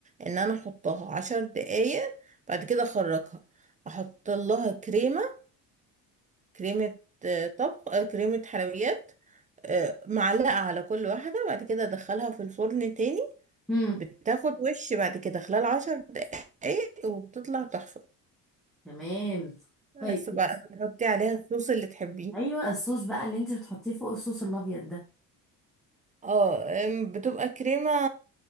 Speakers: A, on the right (about 20°); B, in the centre.
A: إن أنا أحطها عشر دقايق بعد كده أخرجها أحط لها كريمة كريمة آه، طبخ آه، كريمة حلويات آه، معلقة على كل واحدة بعد كده أدخلها في الفرن تاني
B: امم
A: بتاخد وش بعد كده خلال عشر دقايق وبتطلع تحفة
B: تمام طيب
A: بس بقى
B: بص.
A: بتحطي عليها الصوص اللي تحبيه
B: ايوه الصوص بقى اللي انت بتحطيه فوق الصوص الابيض ده
A: اه أم، بتبقى كريمة